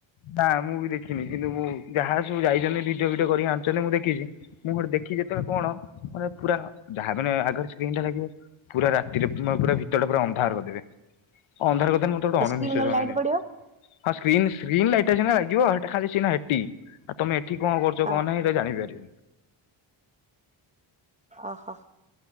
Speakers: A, on the left (about 70°); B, on the right (about 15°).
A: ନାଁ ମୁଁ ବି ଦେଖିନି କିନ୍ତୁ ମୁଁ ଯାହା ସବୁ ଯାଇଚନ୍ତି ଭିଡିଓ ଫିଡିଓ କରିକି ଆଣଚନ୍ତି ମୁଁ ଦେଖିଚି। ମୁଁ ଗୋଟେ ଦେଖିଛି ଯେତେବେଳେ କଣ ମାନେ ପୁରା ଯାହା ମାନେ ଆଗରେ ସ୍କ୍ରିନ୍ ଟା ଲାଗିବ। ପୁରା ରାତିରେ ପୁରା ଭିତରଟା ପୁରା ଅନ୍ଧାର କରିଦେବେ, ଅନ୍ଧାର କରିଦେଲେ ମ ତେ ଗୋଟେ ଅଣନିଶ୍ୱାସୀ
B: ସ୍କ୍ରିନ୍ ର ଲାଇଟ୍
A: <unintelligible>
B: ପଡିବ
A: ହଁ ସ୍କ୍ରିନ୍-ସ୍କ୍ରିନ୍ ଲାଇଟ୍ ଟା ସିନା ଲାଗିବ, ସେଟା ଖାଲିି ସିନା ହେଟି ଆଉ ତମେ ସେଠି କଣ କରୁଛ
B: ହଁ
A: କଣ ନାହିଁ ଏଟା ଜାଣିପାରିବେ।
B: ଓହୋ।